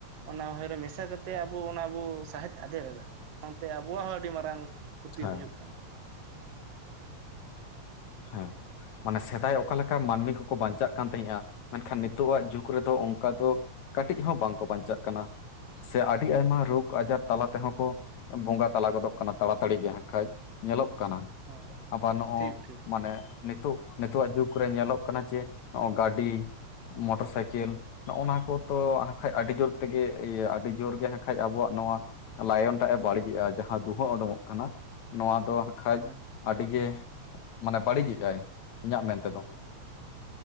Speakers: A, on the right; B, on the left.
A: ᱚᱱᱟ ᱦᱚᱭ ᱨᱮ ᱢᱮᱥᱟ ᱠᱟᱛᱮᱜ ᱟᱵᱚ ᱚᱱᱟ ᱵᱚ ᱥᱟᱸᱦᱮᱫ ᱟᱫᱮᱨ ᱮᱫᱟ ᱥᱟᱶᱛᱮ ᱟᱵᱚᱣᱟᱜ ᱦᱚᱸ ᱟᱹᱰᱤ ᱢᱟᱨᱟᱝ ᱠᱷᱩᱛᱤ
B: ᱦᱮᱸ
A: ᱦᱩᱭᱩᱜ ᱠᱟᱱᱟ᱾
B: ᱦᱮᱸ ᱢᱟᱱᱮ ᱥᱮᱫᱟᱭ ᱚᱠᱟ ᱞᱮᱠᱟ ᱢᱟᱹᱱᱢᱤ ᱠᱚᱠᱚ ᱵᱟᱧᱪᱟᱜ ᱠᱟᱱ ᱛᱟᱦᱮᱸᱫᱼᱟ ᱢᱮᱱᱠᱷᱟᱱ ᱱᱤᱛᱚᱜ ᱟᱜ ᱡᱩᱜᱽ ᱨᱮᱫᱚ ᱚᱱᱠᱟ ᱫᱚ ᱠᱟᱹᱴᱤᱡ ᱦᱚᱸ ᱵᱟᱝᱠᱚ ᱵᱟᱧᱪᱟᱜ ᱠᱟᱱᱟ ᱾ ᱥᱮ ᱟᱹᱰᱤ ᱟᱭᱢᱟ ᱨᱳᱜᱽ ᱨᱳᱜ ᱟᱡᱟᱨ ᱛᱟᱞᱟ ᱛᱮᱦᱚᱸ ᱠᱚ ᱵᱚᱸᱜᱟ ᱛᱟᱞᱟ ᱜᱚᱫᱚᱜ ᱠᱟᱱᱟ ᱛᱟᱲᱟᱛᱟᱲᱤ ᱜᱮ ᱠᱷᱟᱡ ᱧᱮᱞᱚᱜ ᱠᱟᱱᱟ
A: ᱦᱳᱭ
B: ᱟᱵᱟᱨ ᱱᱚᱜᱼ
A: ᱴᱷᱤᱠ ᱴᱷᱤᱠ
B: ᱢᱟᱱᱮ ᱱᱤᱛᱚᱜ ᱱᱤᱛᱳᱜ ᱟᱜ ᱡᱩᱜᱽᱨᱮ ᱧᱮᱞᱚᱜ ᱠᱟᱱᱟ ᱡᱮ ᱱᱚᱜ ᱚ ᱜᱟᱹᱰᱤ ᱢᱳᱴᱚᱨ ᱥᱟᱭᱠᱮᱞ ᱱᱚᱜᱼᱚ ᱱᱚᱣᱟ ᱠᱚᱛᱚ ᱦᱟᱸᱠᱷᱟᱡ ᱟᱹᱰᱤ ᱡᱳᱨ ᱛᱮᱜᱮ ᱤᱭᱟᱹ ᱟᱹᱰᱤ ᱡᱳᱨ ᱜᱮ ᱦᱟᱸᱠᱷᱟᱡ ᱟᱵᱚᱣᱟᱜ ᱱᱚᱣᱟ ᱞᱟᱭᱚᱱ ᱴᱟᱜ ᱮ ᱵᱟᱹᱲᱤᱡᱮᱜᱼᱟ, ᱡᱟᱦᱟᱸ ᱫᱩᱸᱦᱟᱹ ᱩᱰᱩᱠᱚᱜ ᱠᱟᱱᱟ ᱱᱚᱣᱟ ᱫᱚ ᱦᱟᱸᱠᱷᱟᱡ
A: ᱦᱳᱭ
B: ᱟᱹᱰᱤᱜᱮ ᱢᱟᱱᱮ ᱵᱟᱹᱲᱤᱡᱮᱜᱼᱟᱭ ᱤᱧᱟᱹᱜ ᱢᱮᱱᱛᱮ ᱫᱚ᱾